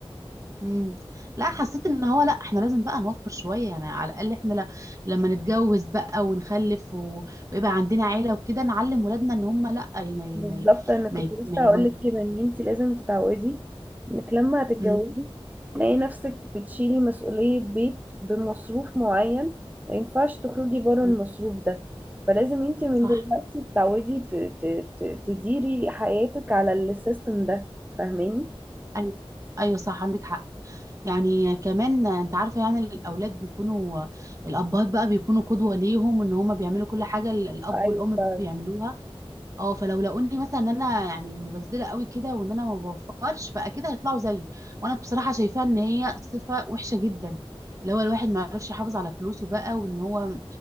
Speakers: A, on the right; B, on the right.
A: امم لا حسيت ان هو لا احنا لازم بقى نوفر شويه يعني على الاقل احنا ل... لما نتجوز بقى ونخلف و... ويبقى عندنا عيله وكده نعلم ولادنا ان هم لا ما ي... ما ي...
B: بالظبط
A: ما ي...
B: انا كنت
A: ما ي...
B: لسه
A: ما يبر-
B: هقول لك كده ان انت لازم تتعودي انك لما هتتجوزي
A: مم.
B: تلاقي نفسك بتشيلي مسؤولية بيت بمصروف معين ما ينفعش تخرجي بره
A: مم.
B: المصروف ده فلازم انت من
A: صح
B: دلوقتي تتعودي ت- ت- ت- تديري حياتك على السيستم ده فاهماني
A: ايوه ايوه صح عندك حق يعني كمان انت عارفه يعني الاولاد بيكونوا الابهات بقى بيكونوا قدوه ليهم ان هم بيعملوا كل حاجه ال- الاب
B: ايوه
A: والام
B: فاهم
A: بيعملوها اه فلو لقوني مثلا ان انا يعني مبذره قوي كده وان انا ما بوفرش فاكيد هيطلعوا زيي وانا بصراحه شايفاها ان هي صفه وحشه جدا اللي هو الواحد ما يعرفش يحافظ على فلوسه بقى وان هو